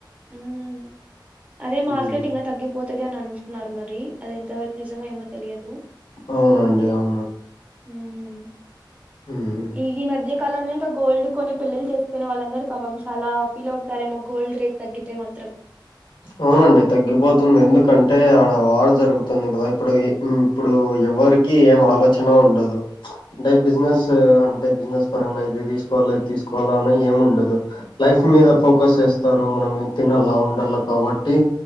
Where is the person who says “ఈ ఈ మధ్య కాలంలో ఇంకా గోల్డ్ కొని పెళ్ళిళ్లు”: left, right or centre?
Right